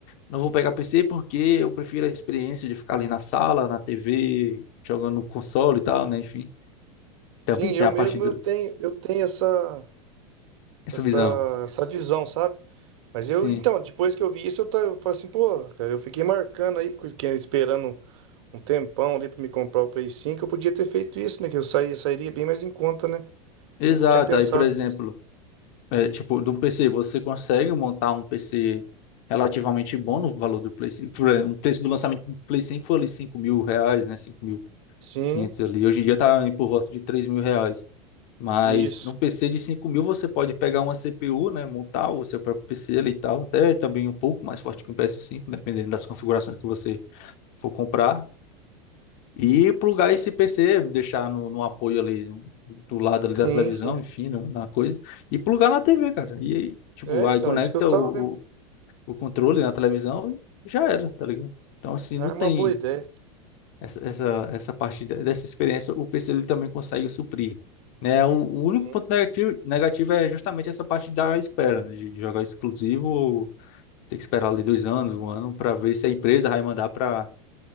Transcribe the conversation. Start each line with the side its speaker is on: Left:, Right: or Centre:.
Left: não vou pegar PC porque eu prefiro a experiência de ficar ali na sala, na TV, jogando no console e tal, né? Enfim. Também
Right: Sim,
Left: tem
Right: eu
Left: a
Right: mesmo
Left: partir
Right: eu tenho, eu tenho essa,
Left: dessa
Right: essa,
Left: visão.
Right: essa visão, sabe? Mas
Left: Sim,
Right: eu, então, depois que eu vi isso, eu, tá, eu falei assim, pô, cara, eu fiquei marcando aí, que- esperando um tempão ali pra me comprar o Play 5, eu podia ter feito isso, né? Que eu saí- sairia bem mais em conta, né?
Left: exato.
Right: Nunca tinha pensado
Left: Aí, por exemplo,
Right: nisso.
Left: é, tipo, de um PC, você consegue montar um PC relativamente bom no valor do Play 5. Por exemplo, o preço do lançamento do Play 5 foi ali cinco mil reais, né? cinco mil
Right: Sim,
Left: e quinhentos ali. Hoje em dia tá por volta de três mil reais. Mas
Right: isso.
Left: num PC de cinco mil você pode pegar uma CPU, né? Montar o seu próprio PC ali e tal. Até também um pouco mais forte que um PS5, dependendo das configurações que você for comprar. E plugar esse PC, deixar no, no apoio ali, do lado ali
Right: Sim,
Left: da televisão,
Right: sim.
Left: enfim, no- na coisa. E plugar na TV, cara. E aí, tipo,
Right: É,
Left: aí
Right: então,
Left: conecta
Right: é isso que eu tava
Left: o,
Right: vendo.
Left: o, o controle na televisão e já era, tá ligado? Então, assim,
Right: É
Left: não tem
Right: uma boa ideia.
Left: essa, essa, essa parte de- dessa experiência, o PC ele também consegue suprir. Né? O, o único
Right: Sim,
Left: ponto negativo, negativo é justamente essa parte da espera, né? De jogar exclusivo, ter que esperar ali dois anos, um ano, para ver se a empresa vai mandar pra